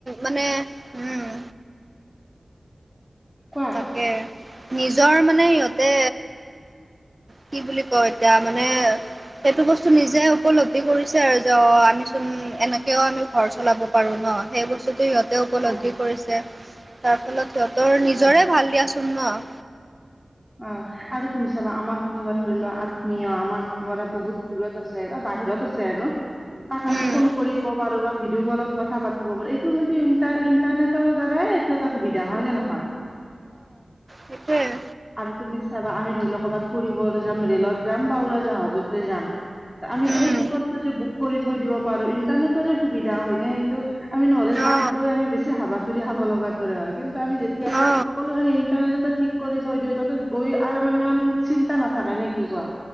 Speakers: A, on the right; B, in the centre.
A: মানে উম।
B: কোৱা
A: তাকে। নিজৰ মানে সিহঁতে কি বুলি কয় এতিয়া মানে, সেইটো বস্তু, নিজে উপলব্ধি কৰিছে আৰু, যে অ', আমিচোন এনেকেও আমি ঘৰ চলাব পাৰোঁ ন, সেই বস্তুটো সিঁহতে উপলব্ধি
B: হয়
A: কৰিছে, তাৰ ফলত সিহঁতৰ নিজৰে
B: হয়
A: ভাল দিয়াচোন ন।
B: অ', আৰু তুমি চাবা, আমাৰ কোনোবা ধৰিল' আ নিয়, আমাৰ পৰা বহুত দূৰত আছে, বাহিৰত আছে আৰু। তাক, আমি
A: উম
B: ফোন কৰিব পাৰো বা ভিডিঅ' কলত কথা পাতিব পাৰোঁ, এইটো কিন্তু ইণ্টাৰ ইণ্টাৰনেটৰ দ্বাৰাই এইটো এটা সুবিধা, হয় নে নহয়।
A: সেইটোৱেই।
B: আৰু তুমি চাবা, আমি ধৰিলও ক'ৰবাত ফুৰিবলৈ যাম, ৰে'লত যাম বা উৰাজাহাজতে যাম। আমি
A: উম
B: এই টিকটটো যে বুক কৰি থৈ দিব পাৰোঁ, ইন্টাৰনেটৰে সুবিধা হয় নে সেইটো। আমি নহ'লে তাত
A: অ
B: গৈ, আমি বেছি হাবাথুৰি খাব লগা দৰে হয়, কিন্তু আমি যে যেতিয়া,
A: অ
B: সকলোখিনি ইণ্টাৰনেটটে ঠিক কৰি থৈ দিওঁ, তাতে গৈ আৰু মানে ইমান চিন্তা নাথাকে নে কি কোৱা।